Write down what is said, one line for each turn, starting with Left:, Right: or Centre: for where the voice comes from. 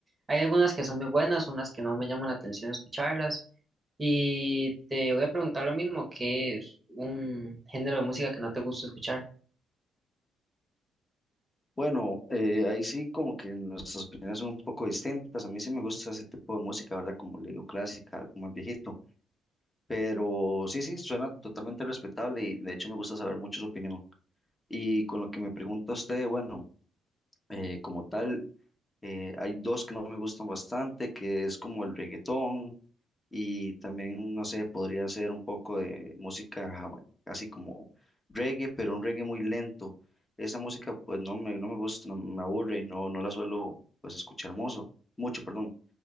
Right: Hay algunas que son muy buenas, unas que no me llaman la atención escucharlas. Y te voy a preguntar lo mismo, ¿qué es un género de música que no te gusta escuchar?
Left: Bueno, eh, ahí sí como que nuestras opiniones son un poco distintas. A mí sí me gusta ese tipo de música, ¿verdad? Como le digo, clásica, algo más viejito. Pero sí, sí, suena totalmente respetable y de hecho me gusta saber mucho su opinión. Y con lo que me pregunta usted, bueno, eh, como tal, eh, hay dos que no me gustan bastante, que es como el reggaetón y también, no sé, podría ser un poco de música jama- casi como reggae, pero un reggae muy lento. Esa música pues no me, no me gusta, no me aburre, no, no la suelo pues escuchar mozo, mucho, perdón.